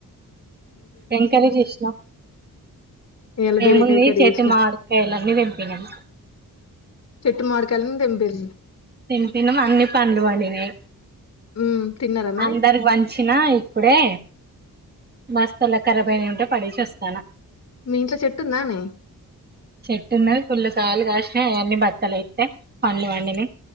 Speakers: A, on the right; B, on the left.
A: ఎంకరేజ్ చేసినా
B: ఇయాల బీరకాయ
A: ఏముంది
B: కర్రీ
A: చెట్టు
B: చేసిన
A: మాడికాయ్ లన్నీ తెంపినం
B: చెట్టు మావిడికాయలన్ని తెంపిం
A: తిని తిన్నం అన్ని పండు పండినాయి
B: మ్మ్ తిన్నారా మరి
A: అందరికి పంచినా ఇప్పుడే మస్త్ ల కరాబయి ఉంటే పడేసి వస్తాన్న
B: మీ ఇంట్లో చెట్టు ఉందానే
A: చెట్టున్నయ్ పుల్ కాయలు కాష్ హెయ్ అన్ని బత్తల ఏత్తే పండ్లు పండినయ్